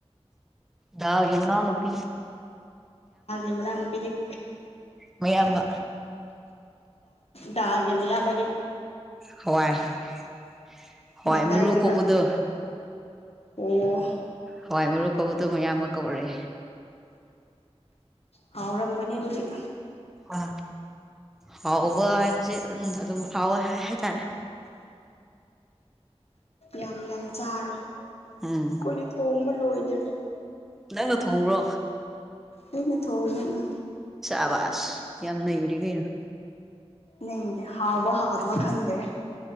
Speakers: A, in the centre; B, on the left.
A: ꯗꯒꯤ ꯃꯅꯥ ꯅꯨꯄꯤ
B: ꯦꯕꯅ ꯀꯗꯤ <inaudible>
A: ꯃꯌꯥꯝꯕ
B: ꯗꯗꯥꯒꯦ ꯃ ꯌꯥ ꯃ
A: ꯍꯋꯥꯏ <inaudible> ꯍꯣꯏ
B: ꯃꯇꯔꯗꯨꯔꯥ
A: ꯃꯨ ꯀꯣꯀꯗ
B: ꯑꯣ
A: ꯍꯋꯥꯏ ꯃꯔꯣꯛ ꯀꯧꯕꯗꯨꯣ ꯃꯌꯥꯝ ꯑꯃ ꯀꯧꯔꯦ
B: ꯍꯥꯎꯔꯝꯒꯅꯤ ꯑꯗꯨꯗꯤ
A: ꯑ ꯍꯥꯎꯕ ꯍꯥꯏꯕꯁꯦ ꯑꯗꯨꯝ ꯍꯥꯎꯋꯦ ꯍꯥꯏ ꯍꯥꯏꯇꯥꯔꯦ
B: ꯌꯥꯝ ꯌꯥꯝ ꯆꯥꯔ
A: ꯎꯝ
B: ꯀꯣꯏ ꯊꯣꯡꯕ ꯐꯣꯏꯗꯔ
A: ꯅꯪꯅ ꯊꯣꯡꯕ꯭ꯔꯣ
B: ꯑꯩꯅ ꯊꯣꯡꯉꯦ
A: ꯑꯋꯥꯖ ꯌꯥꯝ ꯅꯔꯤꯒ
B: ꯅꯅꯦ ꯍꯥꯎꯕ ꯍꯥꯎꯗꯕ ꯈꯪꯗ꯭ꯔꯦ